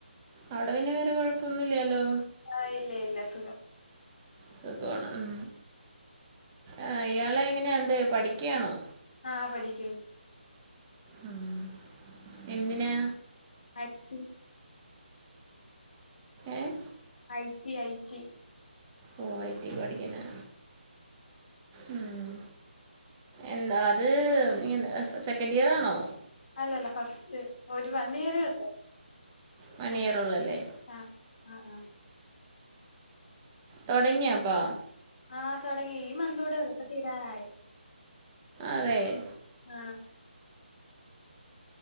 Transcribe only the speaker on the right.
അവിടെ പിന്നെ വേറെ കൊഴപ്പ ഒന്നുലല്ലോ
തക്കണം ഉം ആഹ് ഇയാളെ എങ്ങനെ എന്താ പഠിക്കുകയാണോ
ഉം. എന്തിനാ
ഏഹ്
ഓ ഐ ടി പഠിക്കുന്നു ഉം എന്താ അത് ഇങ്ങനെ സെക്കൻഡ് ഇയർ ആണോ
വൺ ഇയറേ ഒള്ള് അല്ലേ
തുടങ്ങിയാപ്പോ
അതേ